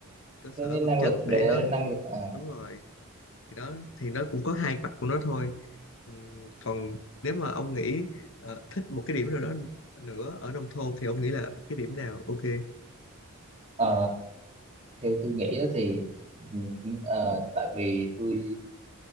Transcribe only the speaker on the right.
cái năng
lực để
năng lực ờ,
ờ, theo tôi nghĩ á thì ừ, ừ, ờ, tại vì tôi